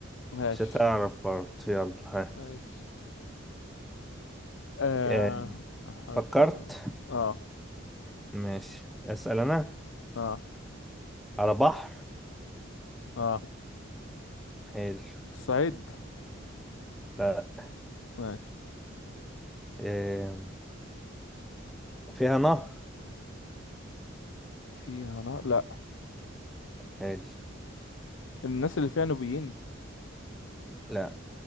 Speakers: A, on the left; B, in the centre.
A: ماشي
B: مش هتعرف برضه يلا ها
A: ماشي آه
B: آه،
A: حتى
B: فكرت
A: اه
B: ماشي أسأل أنا
A: اه
B: على بحر
A: اه
B: حلو
A: الصعيد
B: لا
A: ماشي
B: آه، فيها نهر
A: فيها نار لا
B: حلو
A: الناس اللي فيها نوبيين
B: لا